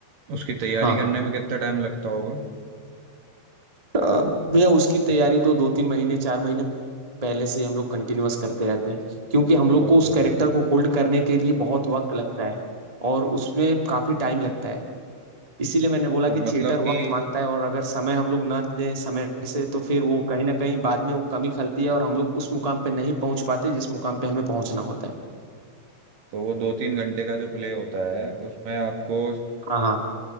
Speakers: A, on the right; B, on the right.
A: उसकी तैयारी
B: हाँ
A: करने
B: हाँ
A: में कितना टाइम लगता होगा
B: अ, भैया उसकी तैयारी तो दो तीन महीने चार महीने पहले से ही हम लोग कंटिन्यूअस करते रहते हैं क्योंकि हम लोग
A: ओहो
B: को उस कैरेक्टर को होल्ड करने के लिए बहुत वक्त लगता है और उसमें काफी टाइम लगता है इसीलिए मैंने बोला
A: तो
B: कि
A: मतलब
B: थिएटर
A: कि
B: वक्त मांगता है और अगर समय हम लोग ना दें समय से तो फिर वो कहीं ना कहीं बाद में वो कमी खलती है और हम लोग उस मुकाम पे नहीं पहुंच पाते जिस मुकाम पे हमें पहुंचना होता है
A: तो वो दो तीन घंटे का जो प्ले होता है उसमें आपको
B: हाँ हाँ